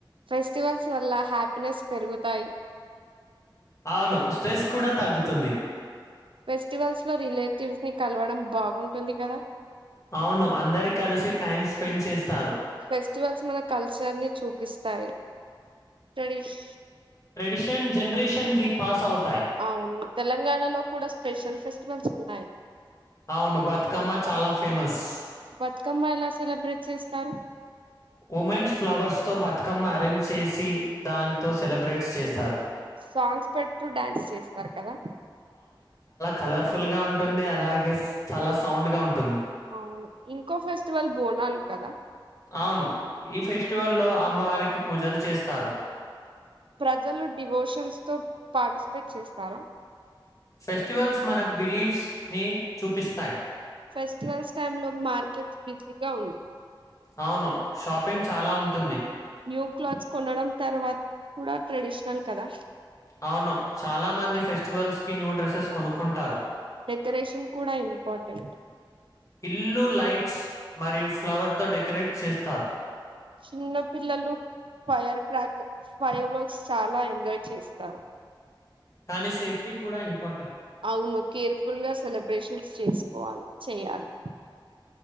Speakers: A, on the right; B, on the left.
A: ఫెస్టివల్స్ వల్ల హ్యాపీనెస్ పెరుగుతాయి
B: అవును స్ట్రెస్ కూడా తగ్గుతు తుంది
A: ఫెస్టివల్స్ లో రిలేటివ్స్ ని కలవడం బాగుంటుంది కదా
B: అవును అందరి కలిసి టైం స్పెండ్ చేస్తారు
A: ఫెస్టివల్స్ మన కల్చర్ ని చూపిస్తాయి ట్రెడిష్
B: ట్రెడిషన్ జనరేషన్ కి పాస్ అవుతాయి
A: అవును తెలంగాణలో కూడా స్పెషల్ ఫెస్టివల్స్ నయి
B: అవును బతుకమ్మ చాలా ఫేమస్
A: బతుకమ్మ ఎలా సెలబ్రేట్ చేస్తారు
B: ఉమెన్స్ ఫ్లవర్స్తో బతుకమ్మ అరేంజ్ చేసి దాంతో సెలబ్రేట్ చేశారు
A: సాంగ్స్ పెడుతూ డ్యాన్స్ చేస్తారు కదా
B: కలర్ఫుల్ గా ఉంటుంది అలాగే చాలా సౌండ్ గా ఉంటుంది
A: అవును ఇంకో ఫెస్టివల్ బోనాలు కదా
B: అవును. ఈ ఫెస్టివల్ లో అమ్మవారికి పూజలు చేస్తారు
A: ప్రజలు డివోషన్స్ తో పార్టిసిపేట్ చేస్తారా
B: ఫెస్టివల్స్ మన బిలీఫ్స్ ని చూపిస్తాయి
A: ఫెస్టివల్స్ టైంలో మార్కెట్ బిజీగా ఉంట
B: అవును. షాపింగ్ చాలా ఉంటుంది.
A: న్యూ క్లాత్స్ కొనడం తర్వాత కూడా ట్రెడిషనల్ కదా
B: అవును చాలా మంది ఫెస్టివల్స్ కి న్యూ డ్రెస్సెస్ కొనుక్కుంటారు
A: డెకరేషన్ కూడా ఇంపార్టెంట్
B: ఇల్లు లైట్స్ మరియు ఫ్లవర్ తో డెకరేట్ చేస్తారు
A: చిన్న పిల్లలు ఫైర్ క్రాక్ ఫైర్ వర్క్స్ చాలా ఎంజాయ్ చేస్తారు
B: కానీ సేఫ్టీ కూడా ఇంపార్టెంట్.
A: అవును కేర్ఫుల్ గా సెలబ్రేషన్స్ చేసి పోవాలి చెయ్యాలి